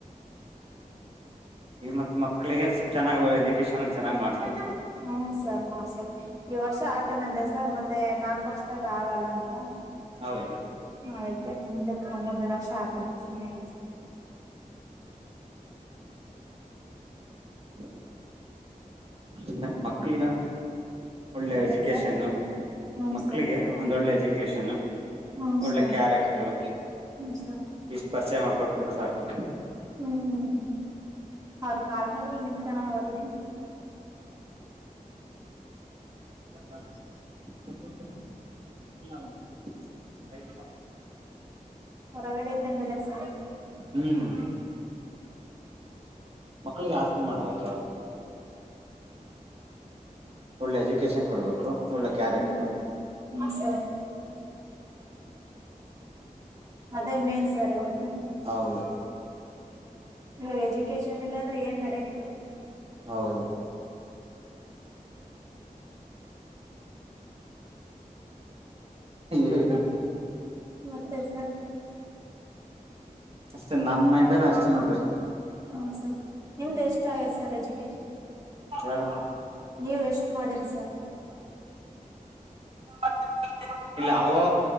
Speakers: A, on the right; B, on the right.
A: ಈ ಮತ್ ಮಕ್ಕಳಿಗೆ ಸ್ವಲ್ಪ ಚನ್ನಾಗ್ ಎಜುಕೇಶನ್ಒಂದ್ ಚೆನ್ನಗ್ ಮಾಡ್ಸಬೇಕು
B: ಹ್ಮನ್ ಸರ್ ಮಾಡ್ಸ ಬೇಕು ಈ ವರ್ಷ ಆಕಣಂದೆ ಸರ್ ಮತ್ ಮತ್ತೆ ನಾಲ್ಕು ವರ್ಷದಾಗ ಆಗಲ್ಲಂದ ಅಂದ್ರ
A: ಹೌದು
B: ಹದಿಕೆ ಮುಂದೆ <unintelligible> ಸಾಕ ಅನ್ನಂಗ್ ಸುಮ್ನೆ ಆಗಿದ್ವಿ.
A: <inaudible> ಅ ಮಕ್ಕಳನ ಒಳ್ಳೆ ಎಜುಕೇಶನ್
B: ಸರ್ ಹ್ಮ್ ಏನ್
A: ಮಕ್ಕಳಿಗೆ
B: ಸರ್ ಹ್ಮ್
A: ಒಂದಳ್ಳೆ ಎಜುಕೇಶನ್
B: ಸರ್ ಹ್ಮ್
A: ಒಳ್ಳೆ
B: ಸರ್
A: ಕ್ಯಾರೆಕ್ಟರು.
B: ಹ್ಮ್ ಸರ್
A: ಇಷ್ಟು ಪರಿಚಯ ಮಾಡ್ಕೊಟ್ಬಟ್ರೆ ಸಾಕು
B: ಹ್ಮ್ ಅವ್ರ ಕಾಲ್ ಮೇಲ್ ನಿಂತ್ಕಾನ ಅವ್ರಿಗೆ
A: <inaudible> ಹ <unintelligible>
B: ಹೊರಗಡೆ ಇದ್ದಂಗದರೇ ಸರ್
A: ಹ್ಮ್ ಮಕ್ಳಿಗೆ ಆಸ್ತಿ ಮಾಡಬಾರ್ದು ಯಾವತ್ತಿಗು ಒಳ್ಳೆ ಎಜುಕೇಶನ್ ಕೊಡಬೇಕು ಒಳ್ಳೆ ಕ್ಯಾರೆಕ್ಟರು
B: ಹ್ಮ್ ಹ್ಮ್ ಸರ್ ಅದೇ ಮೇನ್ ಸರ್ ಇವಾಗ
A: ಹೌದು
B: ಇವಗ್ ಎಜುಕೇಶನ್ ಇಲ್ಲಾಂದ್ರೆ ಏನ್ ನಡೆಂಗಿಲ್ಲ
A: ಹೌದು ಹ್ಮ <inaudible>
B: ಮತ್ತೆ ಸರ್
A: ಅಷ್ಟೇ ನನ್ ಮೈಂಡ್ ಅಲ್ಲ ಅಷ್ಟೇ ನೋಡ್ರಿ
B: ಹೂ ಸರ್ ನಿಮ್ದ ಎಷ್ಟ ಆಗ್ಯದ ಸರ್ ಎಜುಕೇಶನ್.
A: ಯಾರು
B: ನೀವು ಎಷ್ಟು ಮಾಡಿರಿ ಸರ್
A: ಅ <inaudible> ಇಲ್ಲ ಅವುವು